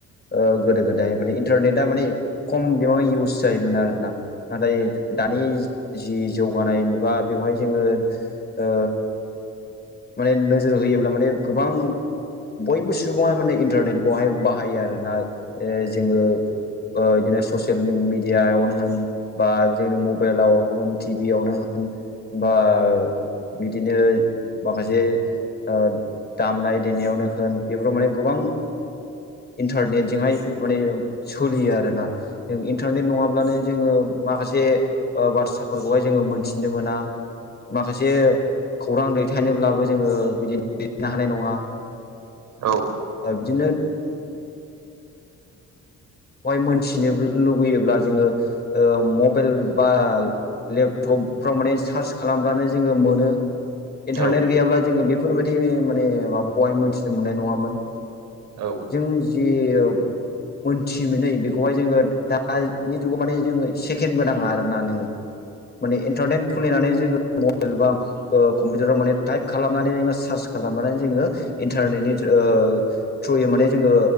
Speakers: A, on the left; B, on the right.
A: ओ गोदो गोदाय माने इन्टारनेटआ माने खम बिबाङै इउस जायोमोन आरोना नाथाय दानि जि जौगानाय मु बा बेवहाय जोङो ओ माने नोजोर होयोब्ला माने गोबां बयबो सुबुङा माने इन्टारनेटखौहाय बाहायो आरोना ओ जोङो ओ इदिनो ससियेल मिडियायावनो होन बा जोंनि मबेलावनो होन टिभियावनो होन बा बिदिनो माखासे ओ दामनाय देनायावनो होन बेफोराव माने गोबां इन्टारनेटजोंहाय माने सोलियो आरोना जों इन्टारनेट नङाब्लानो जोङो माखासे ओ बाथ्राफोरखौहाय जोङो मोनथिनो मोना माखासे खौरां दैथायनोब्लाबो जोङो बिदि <unintelligible> हानाय नङा।
B: औ
A: ओ बिदिनो बेवहाय मोनथिनो लुुबैयोब्ला जोङो ओ मबाइल बा लेपटप फ्राव माने सार्च खालामब्लानो जोङो मोनो।
B: औ
A: इन्टारनेट गैयाब्ला जोङो बेफोरबायदि माने माबाखौहाय मोनथिनो मोननाय नङामोन।
B: औ
A: जों जि ओ मोन थि मोनै बेखौहाय जोङो दानि जुगाव माने जोङो सेकेन्डबो नाङा आरोना नोङो माने इन्टारनेट खुलिनानै जोङो मबाइल बा कम्पिउटाराव माने टाइप खालामनानै जोङो सार्च खालामनानै जोङो इन्टारनेटनि ओ थ्रुयै माने जोङो